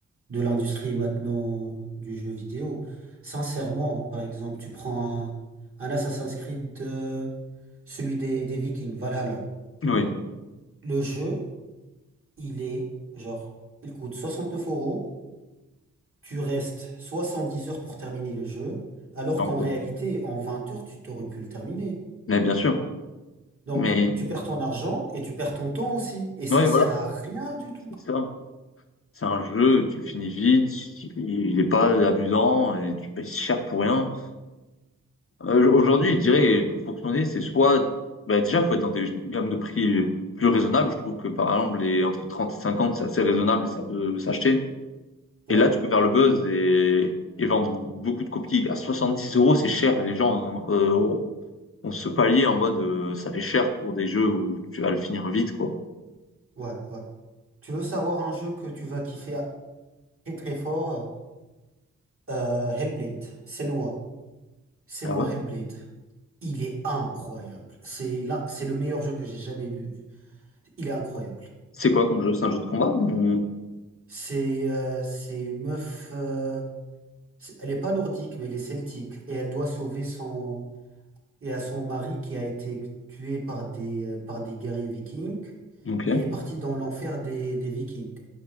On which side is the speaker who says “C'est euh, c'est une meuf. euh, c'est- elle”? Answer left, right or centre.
Right